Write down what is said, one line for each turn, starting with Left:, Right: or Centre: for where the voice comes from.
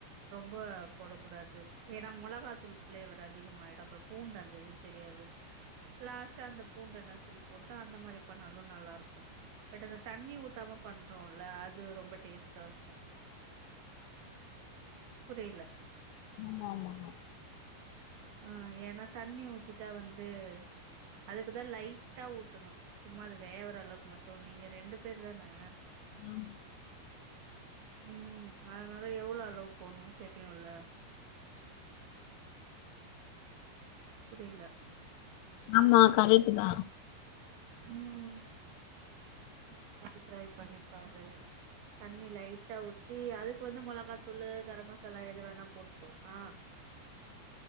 Right: ரொம்ப போட கூடாது ஏன்னா மோளகாதூள் பிளேவர் அதிகமாயிடு அப்றோ பூண்டு அந்த இது தெரியாது லாஸ்ட் அந்த பூண்ட நசுக்கி போட்டு அந்த மாரி பண்ணாலு நல்லா இருக்கோ பட் அந்த தண்ணி ஊத்தாம பண்றோல அது ரொம்ப டேஸ்டா இருக்கோ புரியல
Left: ஆமா ஆமா ஆமா
Right: ஆ ஏன்னா தண்ணி ஊத்திட்டா வந்து அதுக்குதா லைட்டா ஊத்தணோ சும்மா அது வேவுர அளவுக்கு மட்டு நீங்க ரெண்டு பேர் தானே
Left: ஆமா
Right: ம் அதனால எவ்ளோ அளவு போட்ணோ தெரியுல புரியில
Left: ஆமா கரெட்டுதா
Right: ம் நீ <inaudible> வாட்டி ட்ரை ட்ரை பண்ணிப்பாரு தண்ணி லைட் டா ஊத்தி அதுக்கு வந்து மொளகாத்தூளு கரம் மசாலா எது வேணா போட்டுக்கலா ஆ